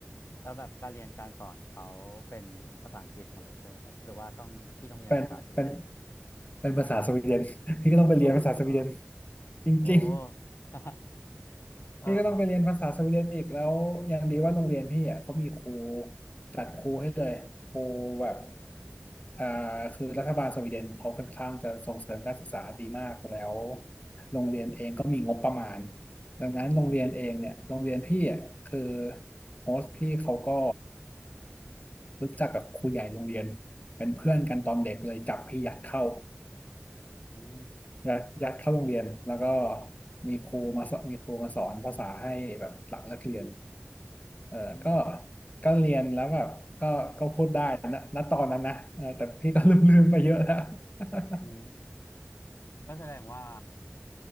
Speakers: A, on the left; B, on the left.
A: แล้วแบบการเรียนการสอนเขาเป็นภาษาอังกฤษหมดเลยใช่ไหมครับหรือว่าต้องพี่ต้องเรียนภาษาสวีเดน
B: เป็นเป็นเป็นภาษาสวีเดน <laughs> พี่ก็ต้องไปเรียนภาษาสวีเดน
A: เฮ้ยจริงเหรอ
B: จริง
A: โอ้ <laughs> เออเออ
B: พี่ก็ต้องไปเรียนภาษาสวีเดนอีกแล้วยังดีว่าโรงเรียนพี่อ่ะเขามีครูจัดครูให้เลยครูแบบอ่าคือรัฐบาลสวีเดนเขาค่อนข้างจะส่งเสริมการศึกษาดีมากแล้วโรงเรียนเองก็มีงบประมาณดังนั้นโรงเรียนเองเนี่ยโรงเรียนพี่อ่ะคือโฮสต์พี่เขาก็รู้จักกับครูใหญ่โรงเรียนเป็นเพื่อนกันตอนเด็กเลยจับพี่ยัดเข้า
A: อืม
B: ยัดยัดเข้าโรงเรียนแล้วก็มีครูมาสอนมีครูมาสอนภาษาให้แบบหลังเลิกเรียน เออก็
A: อืม
B: ก็เรียนแล้วแบบก็ก็พูดได้นะณตอนนั้นนะเออแต่พี่ก็ลืมลืมไปเยอะแล้ว <laughs>
A: อืมก็แสดงว่า